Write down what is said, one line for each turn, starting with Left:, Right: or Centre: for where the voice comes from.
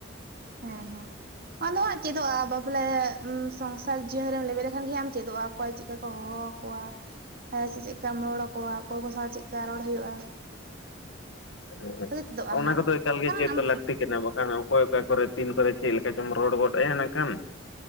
Right: ᱦᱮᱸ ᱦᱮᱸ᱾ ᱚᱱᱮ ᱦᱟᱸᱜ ᱪᱮᱫᱚᱜᱼᱟ ᱵᱟᱯᱮᱞ ᱥᱚᱝᱥᱟᱨ ᱡᱤᱭᱚᱱ ᱨᱮᱢ ᱞᱮᱵᱮ ᱞᱮᱠᱷᱟᱱ ᱜᱮ ᱟᱢ ᱪᱮᱫᱚᱜᱼᱟ ᱚᱠᱚᱭ ᱪᱮ ᱠᱚ ᱦᱚᱦᱚᱣ ᱟᱠᱚᱣᱟ ᱥᱮ ᱪᱮᱫᱠᱟᱢ ᱨᱚᱲ ᱟᱠᱚᱣᱟ ᱚᱠᱚᱭ ᱠᱚ ᱥᱟᱶ ᱪᱮᱫ ᱠᱟ ᱨᱚᱲ ᱦᱩᱭᱩᱜᱼᱟ᱾
Left: ᱦᱮᱸ ᱦᱮᱸ
Right: ᱛᱚᱵᱮ ᱪᱮᱫᱚᱜᱼᱟ
Left: ᱚᱱᱟ
Right: ᱦᱟᱸᱜ
Left: ᱠᱚᱫᱚ ᱮᱠᱟᱞ ᱜᱮ
Right: ᱠᱟᱨᱚᱱ
Left: ᱪᱮᱫ
Right: ᱟᱢ
Left: ᱫᱚ ᱞᱟᱹᱠᱛᱤ ᱠᱟᱱᱟ ᱵᱟ ᱠᱷᱟᱱ ᱚᱠᱚᱭ ᱚᱠᱟ ᱠᱚᱨᱮ ᱛᱤᱱ ᱠᱚᱨᱮ ᱪᱮᱫ ᱞᱮᱠᱟ ᱪᱚᱢ ᱨᱚᱲ ᱜᱚᱫᱼᱟ ᱱᱟᱜ ᱠᱷᱟᱱ᱾